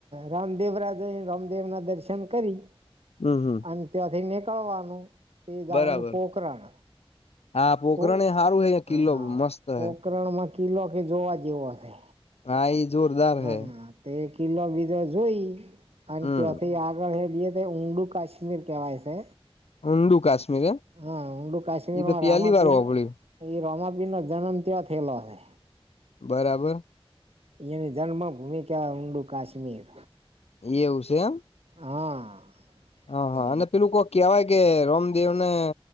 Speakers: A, on the right; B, on the left.
A: રામદેવ જઈ રાજા રામદેવ ના દર્શન કરી
B: હમ હમ
A: અને ત્યાંથી નીકળવાનું તે દાવાનું
B: બરાબર
A: પોકરાણ.
B: હા પોખરણ
A: તો
B: એ હારું હે
A: હા
B: કિલ્લો મસ્ત
A: પોકરણમાં
B: હે
A: કિલ્લો કે જોવા જેવો હશે.
B: હા ઈ જોરદાર
A: હા
B: હે
A: તે કિલો બીજો જોઈ અને
B: હમ
A: ત્યાથી આગળ હેડીએ ઊમડું કાશ્મીર કેવાય છે.
B: ઊંડું કાશ્મીર એમ
A: હા ઊંડું કાશ્મીરમાં
B: ઈ તો પેલી
A: રામાપીર
B: વાર હોભળ્યું
A: એ રોમાપીર નો જન્મ તયા થયેલો હે.
B: બરાબર.
A: એની જન્મ ભૂમિ કવા ઊંડુ કાશ્મીર.
B: એ એવું છે એમ.
A: હા.
B: હા-હા
A: એ
B: અને પેલું કો કેહેવાય કે રામદેવ ને